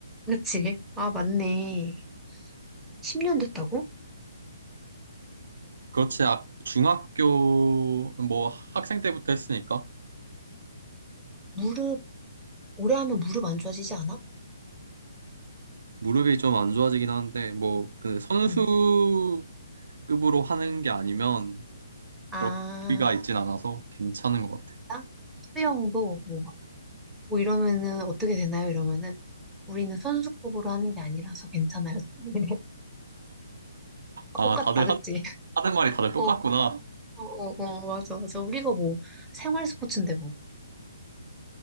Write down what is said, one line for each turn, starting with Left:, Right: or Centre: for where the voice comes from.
Centre: 그치? 아, 맞네. 10년 됐다고?
Right: 그렇지. 아, 중학교 뭐 학생 때부터 했으니까
Centre: 무릎, 오래 하면 무릎 안 좋아지지 않아?
Right: 무릎이 좀 안 좋아지긴 하는데 뭐 그 선수급으로
Centre: 응.
Right: 하는 게 아니면 그렇게
Centre: 아,
Right: 가 있진 않아서 괜찮은 것 같아.
Centre: 아, 수영도 뭐 뭐 이러면은 어떻게 되나요? 이러면은 우리는 선수급으로 하는 게 아니라서 괜찮아요. <laughs> 아,
Right: 아,
Centre: 똑같다,
Right: 다들
Centre: 그치?
Right: 한,
Centre: <laughs>
Right: 하는 말이 다들 똑같구나.
Centre: 어, 어, 어, 어, 맞아, 맞아. 우리가 뭐 생활 스포츠인데 뭐.